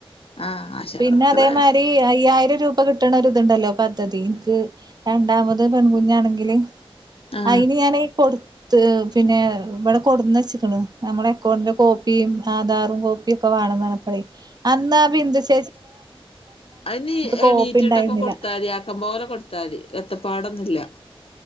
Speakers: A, on the left (about 75°); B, on the right (about 45°).
A: ആ ആശാ
B: പിന്നെ
A: വർക്കറെ
B: അതേമാതിരി അയ്യായിരം രൂപ കിട്ടണ ഒരു ത്ണ്ടല്ലോ പദ്ധതി ഇൻക്ക് രണ്ടാമത് പെൺകുഞ്ഞാണെങ്കില്
A: ആ
B: അയിന് ഞാന് കൊടു ത്ത് പിന്നെ ഇവിടെ കൊടുന്നച്ച്‌ക്ക്ണ് നമ്മുടെ അക്കൗണ്ടിലെ കോപ്പിയും ആധാറും കോപ്പിയും ക്കെ വാണംന്ന് പറഞ്ഞപ്പളെ അന്നാ ബിന്ദു ചേ
A: അയിനീ എണീറ്റിട്ടൊക്കെ
B: കോപ്പി ഉണ്ടായിരുന്നില്ല
A: കൊടുത്താ മതി ആക്കം പോലെ കൊടുത്താ മതി വത്തപ്പാടന്നും ന്നില്ല.